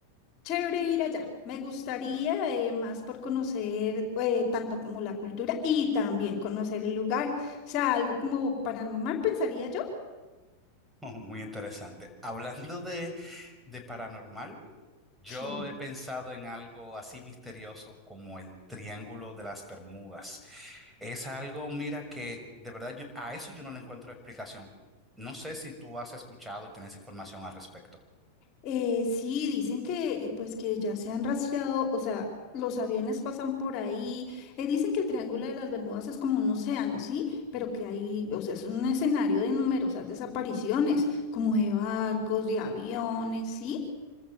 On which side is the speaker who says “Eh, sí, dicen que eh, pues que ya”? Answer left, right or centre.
Left